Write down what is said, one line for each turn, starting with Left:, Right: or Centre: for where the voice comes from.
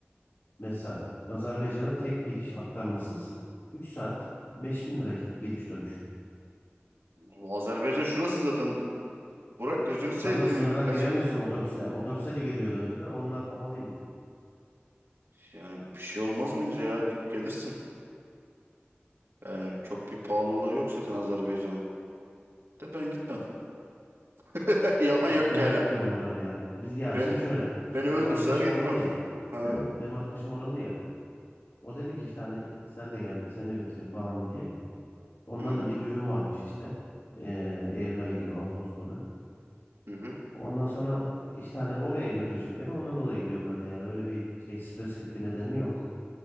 Left: mesela Azerbaycan'a tek gidiş aktarmasız üç saat beş bin lira git, gidiş dönüş.
Right: Bu Azerbaycan şurası zaten. Burak gözünü sevdiğimi
Left: Tam da sınırdan
Right: kaç.
Left: giremiyorsun otobüsle. Otobüse de giriliyordu önceden. Onlar kapalıymış.
Right: Yani bir şey olmaz bence ya. Git gelirsin. Yani çok bir pahalılığı yok zaten Azerbaycan'ın. De ben gitmem. <laughs> Yalan
Left: Ben
Right: yok
Left: merak
Right: yani.
Left: ediyorum oraları ya. Biz ya
Right: Ve
Left: şimdi şöyle
Right: beni öldürseler
Left: benim arkadaşım
Right: gitmem.
Left: oralı ya.
Right: Ha?
Left: <clears throat> Benim arkadaşım oralı ya. O dedi ki işte hani sen de gel, seni de götüreyim falan diye. Ondan
Right: Hı hı.
Left: da bir düğün varmış işte. Ee, Eylül ayı gibi, Ağustos sonu
Right: hı.
Left: Ondan sonra işte hani oraya götürecek beni. Ondan dolayı gidiyorum ben de yani. Öyle bir şey spesifik bir nedeni yok.